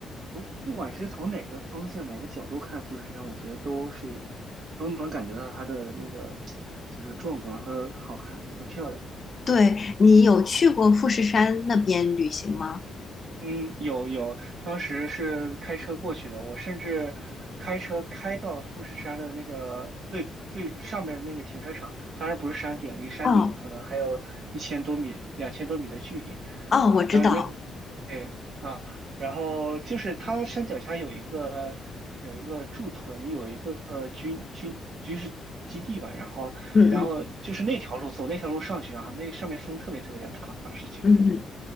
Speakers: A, on the right; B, on the left.
A: 不不管是从哪个方向哪个角度看富士山，我觉得都是都能感觉到它的那个就是壮观和好看和漂亮，
B: 对，
A: 是，
B: 你有去过富士山那边旅行吗？
A: 嗯，有有，当时是开车过去的，我甚至开车开到了富士山的那个最最上面的那个停车场，当然不是山顶，离山顶可能还有一千多米、
B: 哦
A: 两千多米的距离。
B: 哦，
A: 哇，
B: 我知道，
A: 当那对啊，然后就是它山脚下有一个有一个驻屯，有一个呃军军军事基地吧，然后然后就是那条路走那条路上去啊，
B: 嗯嗯
A: 那上面风特别特别的大，当时觉得
B: 嗯嗯。